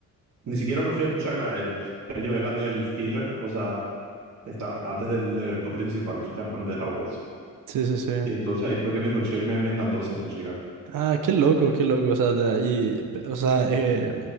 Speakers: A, on the right; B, on the right.
A: ni siquiera los fui a escuchar a ellos. Ellos eran del filler, o sea, estaban antes del evento principal, que ya la voz.
B: Sí, sí, sí.
A: Y entonces ahí fue que le escuché y me, me encantó su música.
B: Ah, qué loco, qué loco. O sea, de ahí, pe- o sea, eh,